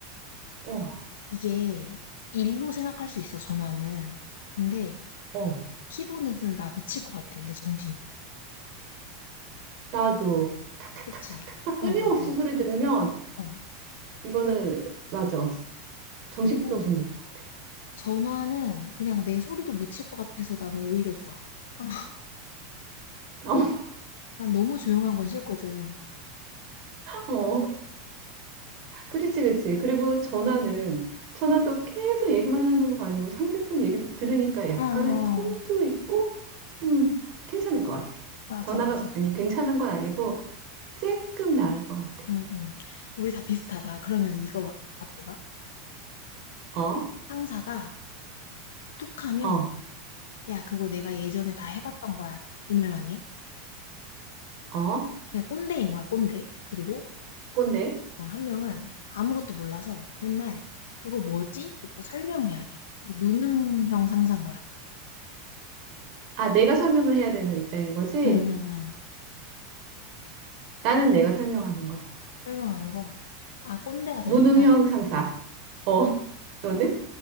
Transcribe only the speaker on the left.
이게 일로 생각할 수 있어, 전화는. 근데
키보드는 나 미칠 것 같아, 내 정신이.
그치? 어어어.
어.
어. 어.
그리고
전화는 그냥 내 소리도 묻힐 것 같아서 나는 오히려 좋아. 어.
난 너무 조용한 건 싫거든.
어, 어,
맞아,
맞아.
응, 응. 우리 다 비슷하다. 그러면 이거 답해봐.
상사가 툭 하면,
야, 그거 내가 예전에 다 해봤던 거야. 이 말만 해.
그냥 꼰대인 거야, 꼰대. 그리고
어, 한 명은 아무것도 몰라서 맨날 그거 뭐지? 부터 설명해야 돼. 이게 무능형 상사인 거야.
응응응.
설명하는 거. 아, 꼰대가 더
싫다.